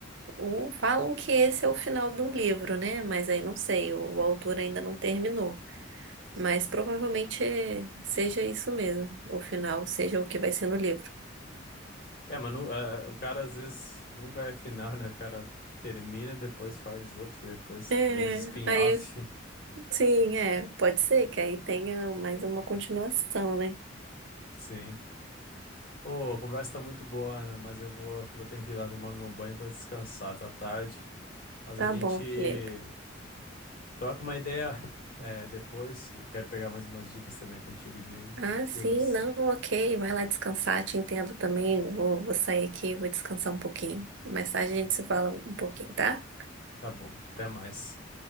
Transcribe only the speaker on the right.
Ou falam que esse é o final do livro, né? Mas aí não sei, o, o autor ainda não terminou. Mas provavelmente seja isso mesmo, o final seja o que vai ser no livro.
É,
aí sim, é, pode ser que aí tenha mais uma continuação, né?
Tá
bom, Felipe.
Ah,
sim, não, ok, vai lá descansar, te entendo também. Vou, vou sair aqui, vou descansar um pouquinho. Mais tarde a gente se fala um pouquinho, tá?